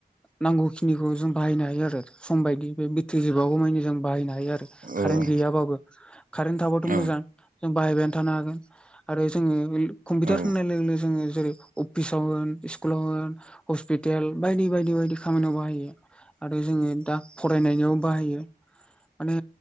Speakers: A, in the centre; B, on the right.
A: नांगौखिनि खौ जों बाहायनो हायो आरो सम बायदि बे बेथ्रि जोबागौ मानि जों बाहायनो हायो। हायो आरो
B: औ
A: कारेन्ट गैयाबाबो कारेन्ट थाबाथ'
B: औ
A: मोजां। जों बाहायबायानो थानो हागोन आरो जोङो कम्पिउटार
B: औ
A: होननाय लोगो लोगो जोङो जेरै अफिसाव होन स्कुलाव होन हस्पितेल बायदि बायदि बायदि खामानियाव बाहायो। आरो जोङो दा फरायनायनियाव बाहायो माने